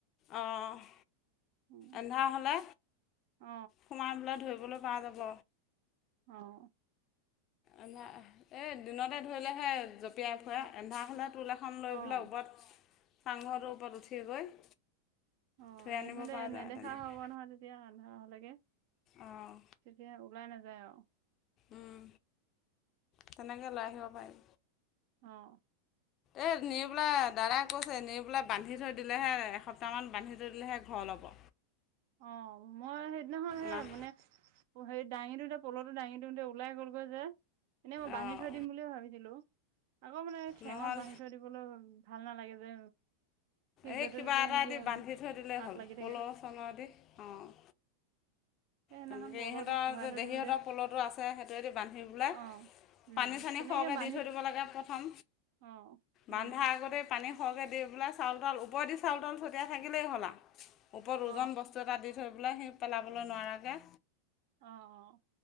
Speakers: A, on the left; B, on the right.
A: অ',
B: উম
A: এন্ধাৰ হ'লে
B: অ
A: সোমাইবলৈ ধৰিব <unintelligible> পাৰা যাব।
B: অ',।
A: এন্ধা এ এই দিনতে ধৰিলেহে জঁপিয়াই ফুৰে এন্ধাৰ হ'লে টোল এখন লৈ
B: অ
A: পেলাই ওপৰত চাংঘৰটোৰ ওপৰত উঠি গৈ
B: অ',
A: ধুই
B: এ
A: আনিব
B: সেহতে
A: পৰা
B: নেদেখা
A: যায় তেনেকৈ
B: হ'ব নহয় তেতিয়া আন্ধাৰ হলেকে
A: অঁ
B: তেতিয়া ওলাই নাযায় আৰু।
A: উম, তেনেকে ওলাই আহিব পাৰি
B: অ',।
A: এই নি পেলাই দাদাই কৈছে নি পেলাই বান্ধি থৈ দিলেহে এসপ্তাহ মান বান্ধি থৈ দিলেহে ঘৰ ল'ব।
B: অ', মই সেইদিনাখন সে
A: নাহ
B: মানে সেৰি দাঙিটোয়া পলতটো দাঙি দিওঁতে ওলাই গ'লগৈ যে এনেই মই বান্ধি
A: অঁ
B: থৈ দিম বুলিয়ে ভাবিছিলোঁ। আকৌ মানে ঠেঙত
A: নহ'ল
B: বান্ধি থৈ দিবলৈ ভাল নালাগে যে সি
A: এই
B: য'তে
A: কিবা
B: ত'তে
A: এটা
B: এনেকে
A: এ দি বান্ধি থৈ দিলে
B: পাক
A: হ'ল
B: লাগি
A: পল'
B: থাকে
A: চল অ', দে অ'।
B: এই সেইদিনাখন
A: তেনেকে
B: কলৰটোত
A: ইহঁতৰ
B: ভৰাই
A: যে
B: থৈ
A: দেহীহতৰ
B: দিওঁতে
A: প'লটো আছে সেইটোহে বান্ধি পেলাই
B: অ উম
A: পানী চানী
B: তেনেকে
A: সৰহকে
B: বান্ধি
A: দি থৈ দিব লাগে প্ৰথম
B: অ উম
A: বান্ধাৰ আগতে পানী সৰহকে দি পেলাই চাউল তাওল ওপৰেদি চাউল তাওল থৈ দিয়া থাকিলেই হ'লা ওপৰত
B: অ
A: ওজন বস্তু এটা দি থৈ পেলাই সি পেলাবলৈ নোৱাৰাকৈ
B: অ', অ'।